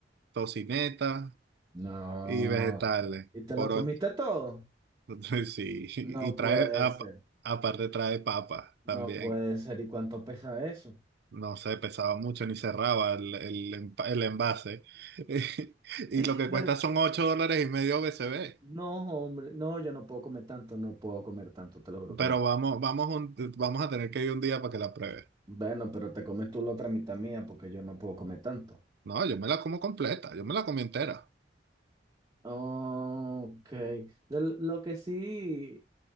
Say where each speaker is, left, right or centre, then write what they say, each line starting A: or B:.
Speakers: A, on the right; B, on the right.
A: tocineta
B: no.
A: y vegetales.
B: ¿Y te
A: Por
B: lo comiste
A: och-
B: todo?
A: <laughs> sí, y
B: No puede
A: trae, ap-
B: ser,
A: aparte trae papa
B: no
A: también.
B: puede ser. ¿Y cuánto pesa eso?
A: No sé, pesaba mucho ni cerraba el, el empa- el envase. <laughs> Y
B: <laughs>
A: lo que
B: No,
A: cuesta son 8 dólares y medio BCB.
B: no, hombre, no, yo no puedo comer tanto, no puedo comer tanto, te lo juro que
A: Pero
B: no puedo.
A: vamos, vamos, un- vamos a tener que ir un día para que la pruebe.
B: Bueno, pero te comes tú la otra mitad mía porque yo no puedo comer tanto.
A: No, yo me la como completa, yo me la comí entera.
B: Ok. De lo lo que sí